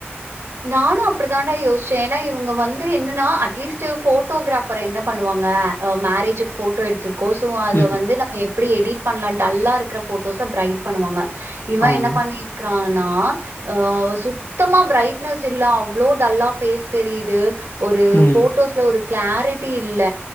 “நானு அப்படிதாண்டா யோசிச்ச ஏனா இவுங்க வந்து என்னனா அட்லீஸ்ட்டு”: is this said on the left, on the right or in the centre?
Right